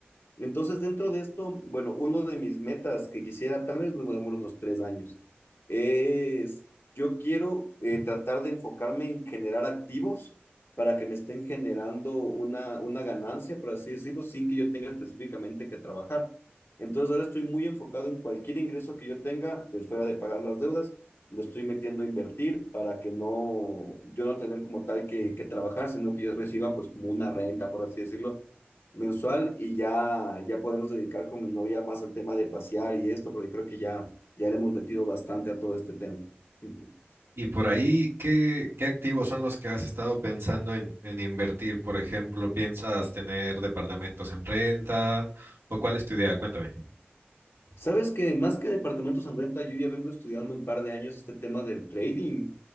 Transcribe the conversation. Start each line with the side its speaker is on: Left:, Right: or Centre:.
Left: Entonces, dentro de esto, bueno, uno de mis metas que quisiera, tal vez me demoro unos tres años, es yo quiero eh, tratar de enfocarme en generar activos para que me estén generando una, una ganancia, por así decirlo, sin que yo tenga específicamente que trabajar. Entonces, ahora estoy muy enfocado en cualquier ingreso que yo tenga, pues fuera de pagar las deudas, lo estoy metiendo a invertir para que no, yo no tener como tal que, que trabajar, sino que yo reciba pues como una renta, por así decirlo, mensual y ya, ya podernos dedicar con mi novia más al tema de pasear y esto, porque creo que ya, ya le hemos metido bastante a todo este tema. <laughs>
Right: Y por ahí, ¿qué, qué activos son los que has estado pensando en, en invertir? Por ejemplo, ¿piensas tener departamentos en renta? ¿O cuál es tu idea? Cuéntame.
Left: Sabes que más que departamentos en renta, yo ya vengo estudiando un par de años este tema del trading.